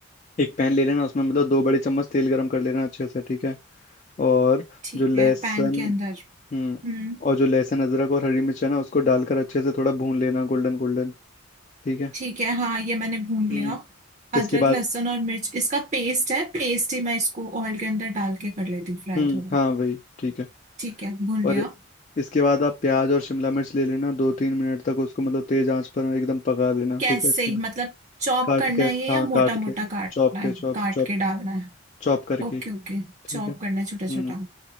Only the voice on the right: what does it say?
ठीक
है पैन के अंदर
हम्म
ठीक है हाँ ये मैंने भून लिया
अदरक
लहसुन और मिर्च इसका पेस्ट है पेस्ट ही मैं इसको ऑयल के अंदर डाल के कर लेती फ्राई
थोड़ा
ठीक है भून लिया
कैसे
मतलब चॉप
करना
है ये
या मोटा
मोटा
काटना
है
काट
के डालना है
ओके ओके
चॉप
करना है छोटा
छोटा